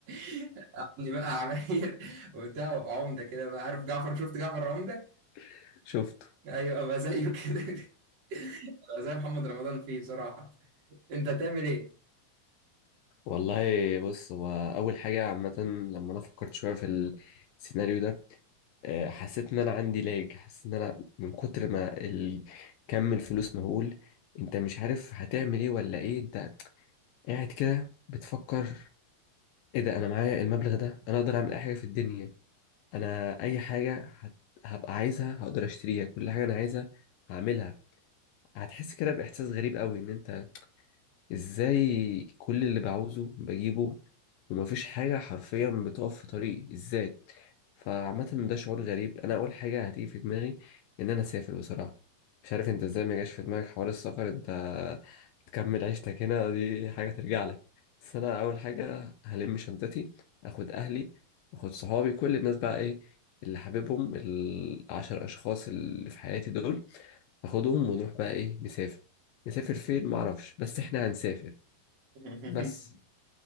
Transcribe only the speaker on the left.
<laughs> شفت
والله بص هو أول حاجة عامة لما أنا فكرت شوية في السيناريو ده آه، حسيت إن أنا عندي لاج حسيت إن أنا من كتر ما ال- كم الفلوس مهول أنت مش عارف هتعمل إيه ولا إيه أنت قاعد كده بتفكر إيه ده أنا معايا المبلغ ده أنا أقدر أعمل أي حاجة في الدنيا أنا أي حاجة هت- هبقى عايزها هقدر أشتريها كل حاجة أنا عايزها هعملها هتحس كده بإحساس غريب قوي إن أنت ازاي كل اللي بعوزه بجيبه ومفيش حاجة حرفيا بتقف في طريقي ازاي فعامة ده شعور غريب انا اول حاجة هتيجي في دماغي ان انا اسافر بصراحة مش عارف انت ازاي ما جاش في دماغك حوار السفر انت تكمل عيشتك هنا دي حاجة ترجع لك بس انا اول حاجة هلم شنطتي اخد اهلي اخد صحابي كل الناس بقى ايه اللي حاببهم العشر اشخاص اللي في حياتي دول اخدهم ونروح بقى ايه نسافر نسافر فين معرفش بس احنا هنسافر
بس